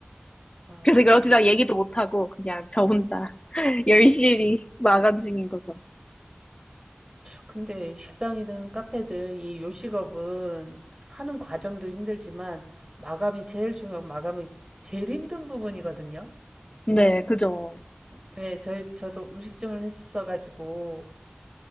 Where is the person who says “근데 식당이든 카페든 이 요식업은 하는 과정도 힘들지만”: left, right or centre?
Right